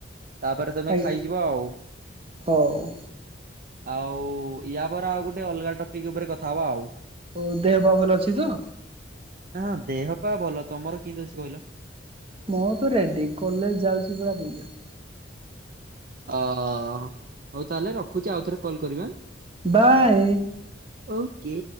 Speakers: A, on the right; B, on the right.
A: ତାପରେ ତମେ
B: ଆଇ
A: ଖାଇଯିବ ଆଉ।
B: ହଉ
A: ଆଉ ୟା ପରେ ଆଉ ଗୋଟେ ଅଲଗା ଟପିକ୍ ଉପରେ କଥା ହବା ଆଉ।
B: ହଉ ଦେହ ପା ଭଲ ଅଛି ତ?
A: ହ ହଁ ଦେହ ପା ଭଲ ଭଲ, ତମର କିନ୍ତି ଅଛି କହିଲ?
B: ମୁଁ ତ ରେଡି କଲେଜ ଯାଉଛି ପୁରା ବିନ୍ଦା
A: ଅ ହ ହଉ ତାହେଲେ ରଖୁଛି ଆଉ ଥରେ କଲ୍ କରିମି ଆଁ?
B: ବାଏ।
A: ଓକେ।